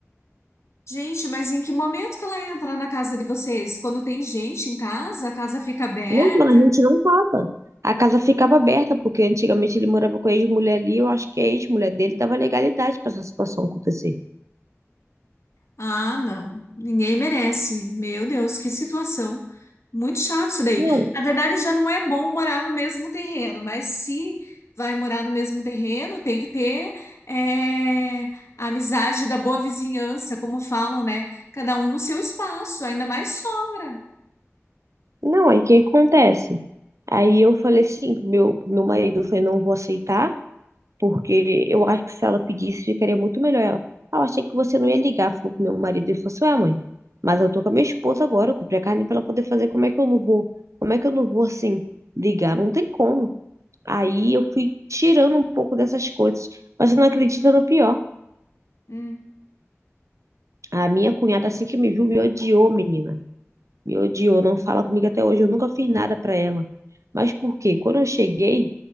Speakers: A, on the left; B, on the right.
A: Gente, mas em que momento que ela entra na casa de vocês? Quando tem gente em casa, a casa fica aberta?
B: Não, quando a gente não tava. A casa ficava aberta, porque antigamente ele morava com a ex-mulher ali, eu acho que a ex-mulher dele dava legalidade para essa situação acontecer.
A: Ah, não. Ninguém merece. Meu Deus, que situação. Muito chato isso daí.
B: Não,
A: Na verdade, já não é bom morar no mesmo terreno, mas se vai morar no mesmo terreno, tem que ter é, a amizade da boa vizinhança, como falam, né? Cada um no seu espaço, ainda mais sogra.
B: Não, aí o que acontece? Aí eu falei assim pro meu, pro meu marido, eu falei, não vou aceitar, porque eu acho que se ela pedisse, ficaria muito melhor. Ela, ah, eu achei que você não ia ligar, falou pro meu marido, e falou assim, ué, mãe, mas eu tô com a minha esposa agora, eu comprei a carne pra ela poder fazer, como é que eu não vou, como é que eu não vou, assim, ligar? Não tem como. Aí eu fui tirando um pouco dessas coisas, mas você não acredita no pior.
A: Hum.
B: A minha cunhada, assim que me viu, me odiou, menina. Me odiou, não fala comigo até hoje. Eu nunca fiz nada pra ela. Mas por quê? Quando eu cheguei,